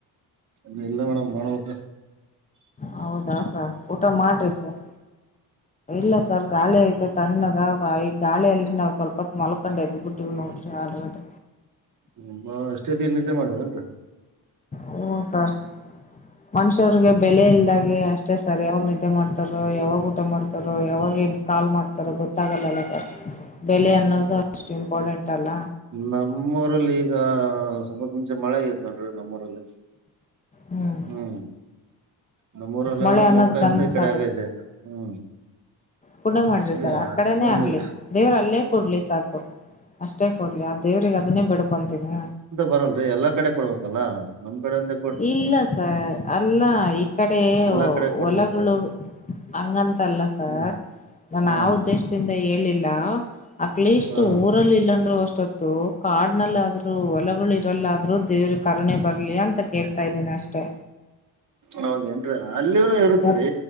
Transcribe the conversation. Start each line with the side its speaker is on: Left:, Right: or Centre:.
Right: ನಮ್ ಇಲ್ಲ ಮೇಡಮ್ ಮಾಡುಬೇಕ
Left: ಹೌದಾ ಸರ್ ಊಟ ಮಾಡ್ರಿ ಸರ್ ಇಲ್ಲ ಸರ್ ಗಾಳಿ ಐತೆ ತಣ್ಣಗ ಈ ಗಾಳಿಯಲ್ಲಿ ನಾವು ಸ್ವಲ್ಪ ಮಲಕೊಂಡ ಎ್ದ ಬಿುಟ್ಟಿ ನೋ ಆರ್ಡರ್
Right: <unintelligible> ಅಷ್ಟೇತಿ ನಿದ್ದೆ ಮಾಡ್ತಾರೇನ್ರಿ
Left: ಹ್ಮ್ ಸರ್ ಮನುಷ್ಯವ್ರಿಗೆ ಬೆಲೆ ಇಲ್ದಾಗೆ ಅ ಅಷ್ಟೇ ಸರ್ ಯಾವಾಗ ನಿದ್ದೆ ಮಾಡ್ತಾರೋ ಯಾವಾಗ ಊಟ ಮಾಡ್ತಾರೋ ಯಾವಾಗ ಏನ್ ಕಾಲ್ ಮಾಡ್ತಾರ ಥರ ಗೊತ್ತಾಗಲ್ಲಲ್ಲ ಸರ್ ಬೆಲೆ ಅನ್ನೋದು ಅಷ್ಟು ಇಂಪಾರ್ಟೆಂಟ್ ಅಲ್ಲ
Right: ನಮ್ಮೂಊರಲ್ಲಿ ಈಗ ಸ್ವಲ್ಪ ಹೊತ್ತು ಮುಂಚೆ ಮಳೆ ಆಗ್ಯದ ನೋಡ್ರಿ ನಮ್ಮೂಊರಲ್ಲಿ
Left: ಹ್ಮ್
Right: ಹ್ಮ್ ನಮ್ಮೂರಲ್ಲಂದ್ರ
Left: ಮಳೆ ಅನ್ನೋದ್
Right: ಮೊಕ
Left: ಕನ್ಸ
Right: ಇಿಂದ ಈ ಕಡೆ ಆಗೈತೆ ಹ್ಮ್
Left: ಪೂನ ಮಾಡ್ರಿ
Right: ಇಲ್ಲಿ
Left: ಸರ್ ಆ ಕಡೆನೇ
Right: ಬಂದಿದೆ
Left: ಆಗ್ಲಿ ದೇವ್ರ ಅಲ್ಲೇ ಕೊಡ್ಲಿ ಸಾಕು ಅಷ್ಟೇ ಕೊಡ್ಲಿ ಆ ದೇವ್ರಿಗೆ ಅದನ್ನೇ ಬಿಡ್ಕೊಂತೀಿನಿ
Right: ಬರಲ್ರರಿ ಎಲ್ಲಾ ಕಡೆ ಕೊಡ್ಬೇಕಲ್ಲ ನಮ್ಮ್ ಕಡೆಂದೆ
Left: ಇಲ್ಲ ಸರ್ ಅಲ್ಲ ಈ ಕಡೆ
Right: ಎಲ್ಲಾ ಕಡೆ ಕೊಡ್ಬೇಕು
Left: ಹೊಲಗಳು ಹಂಗಂತಲ್ಲ ಸರ್
Right: ಹ್ಮ್
Left: ನಾನು
Right: ಹ್ಮ್
Left: ಆ ಉದ್ದೇಶದಿಂದ ಹೇಳಿಲ್ಲ ಅಟ್ಲೀಸ್ಟ್
Right: ಹಾ
Left: ಊರಲ್ಲಿ ಇಲ್ಲಾಂದ್ರರು ಅಷ್ಟೊ ಕಾಡ್ನಲ್ಲಾದ್ರರು ಹೊಲಗಳು ಇರಲ್ಲ ಆದ್ರರು ದೇವ್ರ ಕರಣೆ ಬರ್ಲಿ ಅಂತ ಹೇಳ್ತಾ ಇದ್ದೀನಿ ಅಷ್ಟೇ
Right: ಹೌದೇಏನ್ರಿ ಅಲ್ಲಿನು ಇರುತ್ರಿ
Left: ಉಪ್